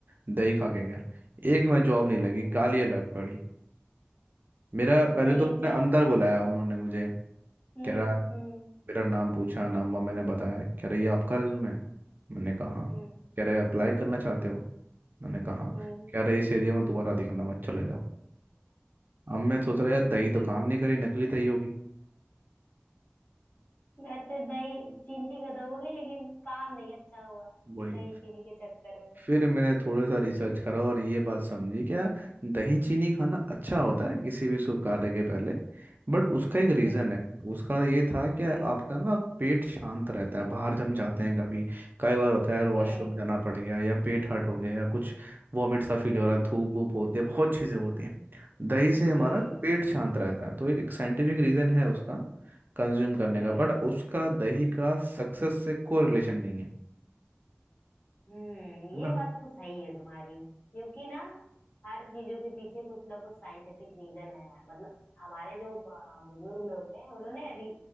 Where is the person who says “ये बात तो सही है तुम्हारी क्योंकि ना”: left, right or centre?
Left